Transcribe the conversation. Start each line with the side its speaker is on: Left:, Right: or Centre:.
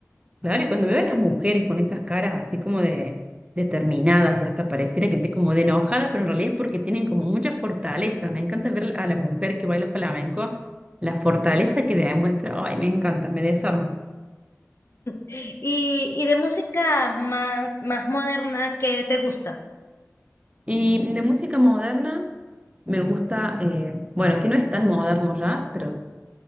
Right: Claro, y cuando veo a las mujeres con esas caras así como de determinadas y hasta pareciera que esté como de enojadas, pero en realidad es porque tienen como mucha fortaleza. Me encanta ver a la mujer que baila flamenco, la fortaleza que demuestra. Ay, me encanta, me desarma.
Left: Y, y de música más, más moderna que te gusta.
Right: Y de música moderna me gusta, eh, bueno, que no es tan moderno ya, pero